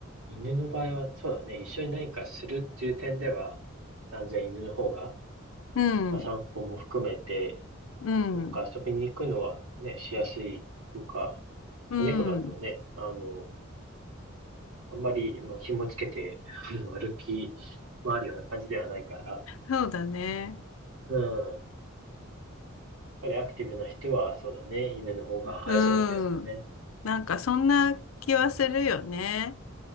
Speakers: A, on the right (about 85°); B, on the left (about 80°).
A: 犬の場合はそうだね。一緒に何かするっていう点では、断然犬の方が
B: うん、
A: まあ、散歩も含めて、
B: うん、
A: どっか遊びに行くのはね、しやすいというか、
B: うん、
A: まあ猫だとね、あの、あんまり、まあ、紐つけて、<laughs> あの歩き回るような感じではないから、
B: そうだね。
A: うん。やっぱりアクティブな人は、そうだね、犬の方が合いそうな気がするね。
B: うん、なんかそんな気はするよね。